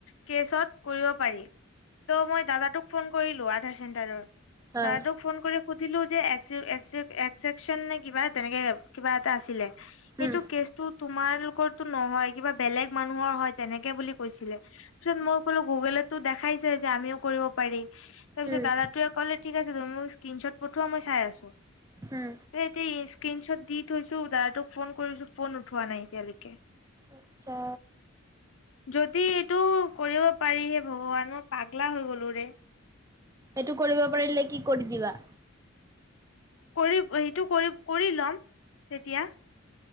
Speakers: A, on the left (about 70°); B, on the right (about 15°).
A: কেচত কৰিব পাৰি। ত' মই দাদ তোক ফোন কৰিলো আধাৰ চেণ্টাৰৰ।
B: হা
A: দাদাদোক ফোন কৰি সুধিলো যে এককচন নে কিবা তেনেকে। কিবা এটা আছিলে সেইটো
B: উম
A: কেচটো- তোমালোকৰতো নহয় কিবা বেলেগ মানুহৰ হয়ঁ তেনেকে বুলি কৈছিলে। তাৰপিছত মই ক'লো গুগলেতো দেখাইছে যে আমিও কৰিব পাৰি। তাৰ পিছত
B: উম
A: দাদাটোৱে কলে ঠিক আছে তুমি মোক স্ক্ৰীনশ্বত পঠোৱা মই চাই আছোঁ।
B: উমঁ!
A: এ এতিয়া স্ক্ৰীনশ্বট দি থৈছোঁ দাদ তোক ফোন কৰিছোঁ ফোন উঠোৱা নাই এতিয়ালৈকে।
B: আচ্ছা।
A: যদি এইটো কৰিব পাৰি হে ভগৱান মই পাগলা হৈ গ'লো ৰে।
B: এইটো কৰিব পাৰিলে কি কৰি দিবা?
A: কৰিব সেইটো কৰিব কৰি ল'ম তেতিয়া।